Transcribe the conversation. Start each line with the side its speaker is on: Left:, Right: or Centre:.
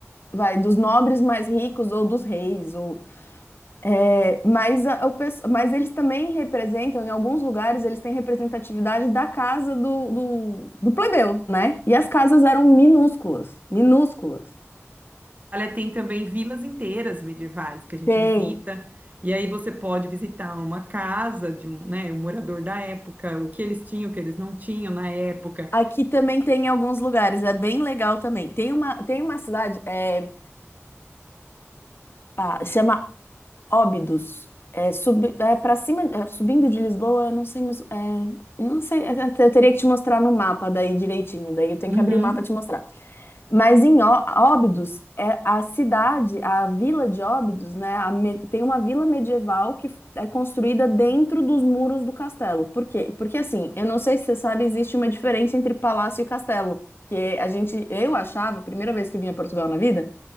Left: vai, dos nobres mais ricos ou dos reis, ou, é, mas, a- o pes- mas eles também representam, em alguns lugares, eles têm representatividade da casa do, do, do plebeu, né? E as casas eram minúsculas, minúsculas.
Right: Itália tem também vilas inteiras medievais que a gente
Left: Tem.
Right: visita, e aí você pode visitar uma casa de um, né, um morador da época, o que eles tinham, o que eles não tinham na época.
Left: Aqui também tem em alguns lugares, é bem legal também. Tem uma, tem uma cidade, é, ah, chama Óbidos. É, sub, é para cima, é, subindo de Lisboa, eu não sei, mas, é, eu não sei, é, é, eu teria que te mostrar no mapa daí direitinho, daí eu tenho
Right: Uhum,
Left: que abrir o mapa e te mostrar. Mas em Ó- Óbidos, é a cidade, a vila de Óbidos, né, a me- tem uma vila medieval que é construída dentro dos muros do castelo. Por quê? Porque assim, eu não sei se você sabe, existe uma diferença entre palácio e castelo. Que a gente, eu achava, primeira vez que eu vim a Portugal na vida,